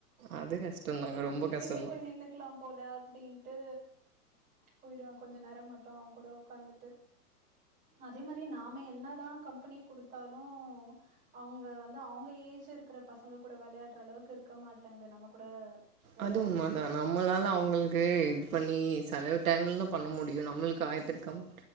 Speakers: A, on the right; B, on the right.
A: அது கஷ்டந்தாங்க
B: இதுக்கு
A: ரொம்ப
B: கிச்சன்லயே
A: கஷ்டந்தா
B: போய் நின்னுக்கலாம் போடானு அப்டின்ட்டு போயிடுவே கொஞ்ச நேரம் மட்டு அவன் கூட உக்காந்துட்டு அதே மாரி நாம என்னதா கம்பெனி குடுத்தாலு அவங்க வந்து அவங்க ஏஜ் இருக்கிற பசங்க கூட விளையாடுற அளவுக்கு இருக்க மாட்டங்குது நம்ம கூட வெளையாடுறது
A: அதுவு உண்மதா நம்மளால அவுங்களுக்கு இது பண்ணி செலவு டைம்ல தா பண்ண முடியு நம்மளுக்கு ஆயரத்தெட்டு கம்